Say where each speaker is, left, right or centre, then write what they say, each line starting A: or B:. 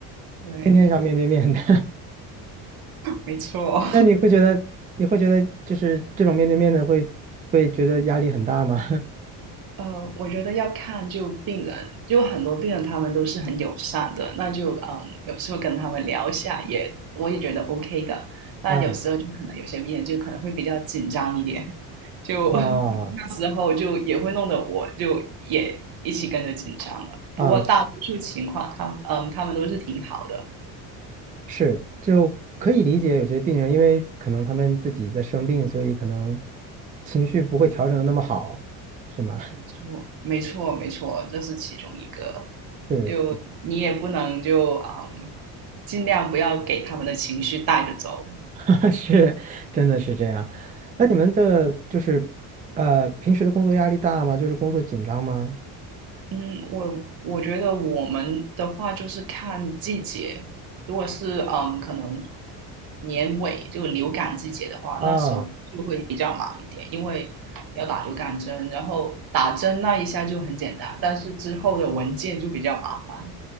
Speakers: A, on the right; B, on the right.
A: 对，
B: 天天上面对面的，
A: 没错。
B: <laughs> 那你会觉得你会觉得就是这种面对面的会会觉得压力很大吗？
A: 呃，我觉得要看就病人，就很多病人他们都是很友善的，那就嗯，有时候跟他们聊一下也，我也觉得 OK 的。但有时候就可能有些病人就可能会比较紧张一点，
B: <laughs> 啊
A: 就
B: 啊
A: <laughs> 那时候就也会弄得我就也一起跟着紧张了。
B: 啊！
A: 不过大多数情况，他们嗯，他们都是挺好的。
B: 是，就可以理解有些病人，因为可能他们自己在生病，所以可能情绪不会调整的那么好，是吗？<laughs>
A: 没错，没错，没错，这是其中一个。
B: 是，
A: 就你也不能就嗯，尽量不要给他们的情绪带着走。
B: <laughs> 是，真的是这样。那你们的就是呃，平时的工作压力大吗？就是工作紧张吗？
A: 嗯，我我觉得我们的话就是看季节，如果是嗯，可能年尾就流感季节的话，
B: 啊，
A: 那时候就会比较忙一点，因为要打流感针，然后打针那一下就很简单，但是之后的文件就比较麻烦。